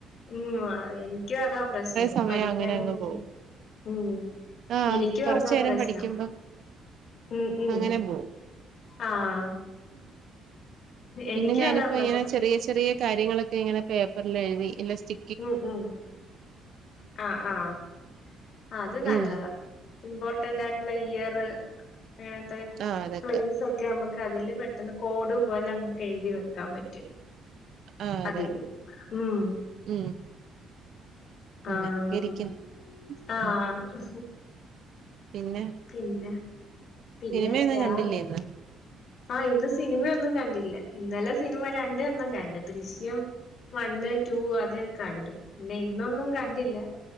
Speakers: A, on the left (about 50°); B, on the right (about 55°).
A: ഉം ആഹ് എന്ക്ക്യു അതാ പ്രശ്നം
B: സമയം
A: പഠിക്ക്യാനിരിക്കും
B: അങ്ങനെ അങ്ങ് പോകും
A: ഉം.
B: ആഹ്
A: എനിക്ക്യു
B: കൊറച്ചു
A: അതാ
B: നേരം
A: പ്രശ്നം.
B: പഠിക്കുമ്പം
A: ഉം ഉം
B: അങ്ങനെ പോ
A: ആഹ്. എനിക്കും
B: പിന്നെ ഞാനിപ്പോ
A: അതാ പ്രശ്നം
B: ഇങ്ങനെ ചെറിയ ചെറിയ. കാര്യങ്ങളൊക്കെ ഇങ്ങനെ പേപ്പറില് എഴുതി ഇലെസ്റ്റി
A: ഉം ഉം ആഹ് ആഹ് അത് നല്ലതാ
B: ഉം
A: ഇമ്പോർട്ടന്റ് ആയിട്ടുള്ള ഇയറ് അങ്ങനത്തെ
B: ആഹ് അതൊക്കെ
A: പ്ലേയ്സൊ റ്റ് നമ്മക്ക് അതില് പെട്ടന്ന് കോഡു പോലെ നമ്മക്ക് എഴുതി വെക്കാൻ പറ്റും
B: ആഹ് അതെ
A: അതില് ഉം
B: ഉം അങ്ങനെയൊക്കെ
A: ആഹ്
B: ഇരിക്കുന്നു
A: ആഹ്
B: ഉം പിന്നെ
A: പിന്നെ പിന്നെ
B: സിനിമയൊന്നും
A: ഞാൻ
B: കണ്ടില്ലേ ഇന്ന്
A: ആഹ് ഇന്ന് സിനിമയൊന്നും കണ്ടില്ലാ ഇന്നലെ സിനിമ രണ്ടണ്ണം കണ്ട് ദൃശ്യം വണ്ണ് റ്റൂ അത് കണ്ട് പിന്നെ ഇന്നൊന്നും കണ്ടില്ലാ